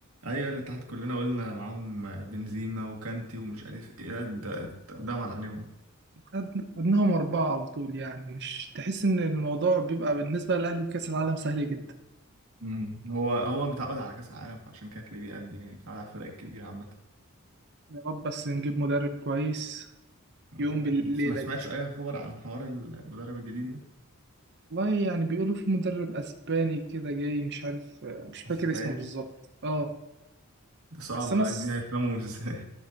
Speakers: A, on the right; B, on the right.
A: ايوه الاتحاد كلنا قلنا معاهم بنزيما وكانتي ومش عارف ايه لا ده ده على عينيهم
B: خد- خدناهم أربعة على طول يعني مش تحس إن الموضوع بيبقى بالنسبة للأهلي في كأس العالم سهل جدا
A: امم هو هو متعود على كاس العالم فعشان كده تلاقيه بيأدي يعني متعود على الفرق الكبيره عامه
B: يا رب بس نجيب مدرب كويس
A: أمم.
B: يقوم بالليلة
A: انت ما سمعتش
B: دي
A: اي خبر عن حوار المدرب الجديد ده
B: والله يعني بيقولوا في مدرب أسباني كده جاي مش عارف مش فاكر
A: اسباني
B: اسمه بالظبط اه
A: ده صعب
B: بس أنا
A: أوي،
B: الص-
A: دي هيفهموا <laughs> ازاي